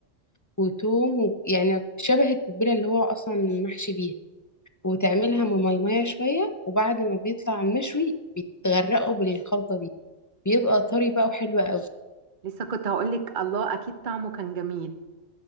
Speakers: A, on the left; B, on the right.
A: وتوم و- يعني شبه التتبيلة اللي هو أصلا محشي بيها وتعملها مميمية شوية وبعد ما بيطلع المشوي بيتغرقوا بالخلطة دي بيبقى طري بقى وحلو قوي
B: لسه كنت هقولك الله اكيد طعمه كان جميل